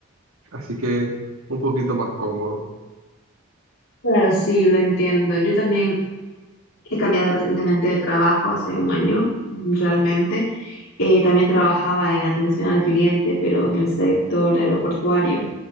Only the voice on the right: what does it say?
así que un poquito más cómodo.